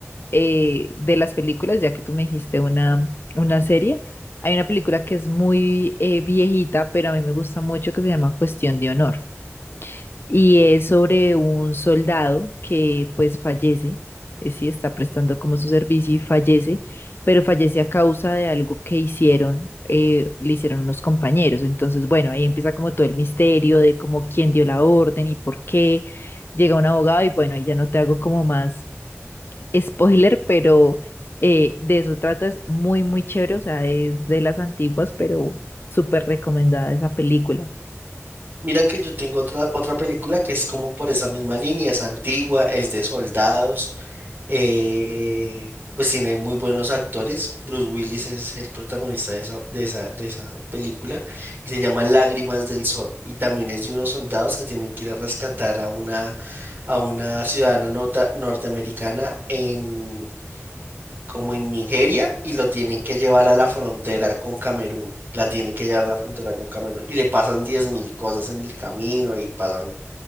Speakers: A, on the left (about 50°); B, on the right (about 40°).
A: eh, de las películas, ya que tú me dijiste una, una serie, hay una película que es muy eh, viejita, pero a mí me gusta mucho que se llama Cuestión de Honor y es sobre un soldado que pues fallece, eh, sí está prestando como su servicio y fallece, pero fallece a causa de algo que hicieron, eh, le hicieron los compañeros. Entonces, bueno, ahí empieza como todo el misterio de como quién dio la orden y por qué. Llega un abogado y bueno, ahí ya no te hago como más <laughs> spoiler, pero eh, de eso trata, es muy, muy chévere, o sea, es de las antiguas, pero súper recomendada esa película.
B: Mira que yo tengo otra, otra película que es como por esa misma línea, es antigua, es de soldados. Eh, pues tiene muy buenos actores. Bruce Willis es el protagonista de esa, de esa, de esa película y se llama Lágrimas del Sol. Y también es de unos soldados que tienen que ir a rescatar a una, a una ciudadana norta- norteamericana en, como en Nigeria y lo tienen que llevar a la frontera con Camerún. La tienen que llevar a la frontera con Camerún y le pasan 10.000 cosas en el camino y pasan